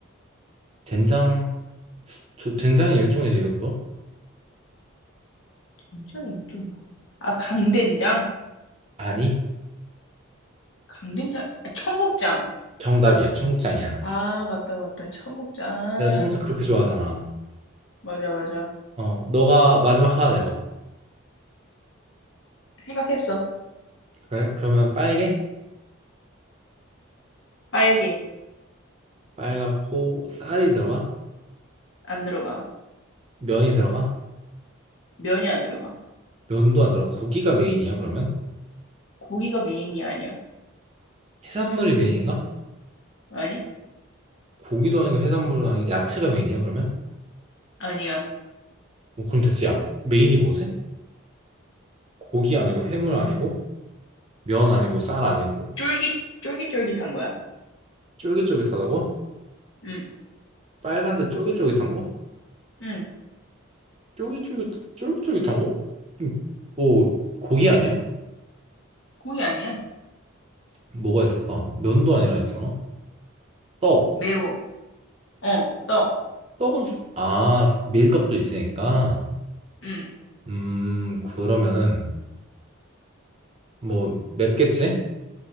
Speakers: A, on the right; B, on the left.
A: 된장. 저 된장이 일종이지 이것도?
B: 된장이 일종이야. 아, 강된장?
A: 아니,
B: 강된장? 아, 청국장.
A: 정답이야. 청국장이야.
B: 아, 맞다, 맞다. 청국장.
A: 내가 응. 청국장 그렇게 좋아하잖아.
B: 맞아, 맞아.
A: 어, 너가 마지막 하나 내봐.
B: 생각했어.
A: 그래? 그러면 빨개?
B: 빨개.
A: 빨갛고 쌀이 들어가?
B: 안 들어가.
A: 면이 들어가?
B: 면이 안 들어가.
A: 면도 안 들어가. 고기가 메인이야, 그러면?
B: 고기가 메인이 아니야.
A: 해산물이 메인인가?
B: 아니?
A: 고기도 아니고 해산물은 아니고 야채가 메인이야, 그러면?
B: 아니야.
A: 뭐 그럼 대체 야, 메인이 뭐지? 고기 아니고 해물 아니고 면 아니고 쌀 아니고
B: 쫄깃, 쫄깃쫄깃한 거야.
A: 쫄깃쫄깃하다고?
B: 응,
A: 빨간데 쫄깃쫄깃한 거?
B: 응.
A: 쫄깃쫄깃 쫄깃쫄깃한 거? 음, 뭐 고기 아니야?
B: 고기 아니야.
A: 뭐가 있을까? 면도 아니라 했잖아. 떡.
B: 매워. 어, 떡.
A: 떡은 수- 아 밀떡도 있으니까.
B: 응,
A: 음 그러면은 뭐 맵겠지?